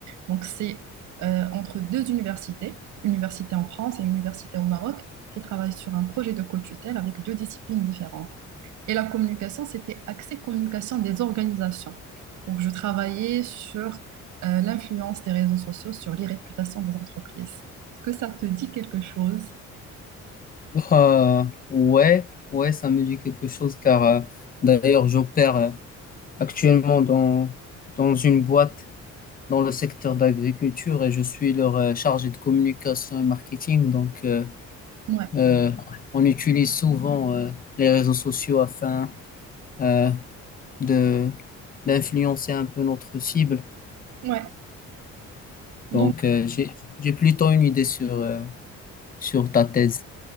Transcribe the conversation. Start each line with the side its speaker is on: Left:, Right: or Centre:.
Right: Donc, c'est euh, entre deux universités, une université en France et une université au Maroc, qui travaillent sur un projet de co-tutelle avec deux disciplines différentes. Et la communication, c'était axé communication des organisations. Donc, je travaillais sur euh, l'influence des réseaux sociaux sur les des entreprises. Est-ce que ça te dit quelque chose?
Left: Euh, ouais, ouais, ça me dit quelque chose car euh, d'ailleurs j'opère euh, actuellement dans, dans une boîte. dans le secteur d'agriculture et je suis leur euh, chargé de communication et marketing. Donc, euh,
Right: Ouais,
Left: euh, on utilise souvent euh, les réseaux sociaux afin euh, de d'influencer un peu notre cible.
Right: ouais. Donc,
Left: Donc, euh, j'ai j'ai plutôt une idée sur euh, sur ta thèse.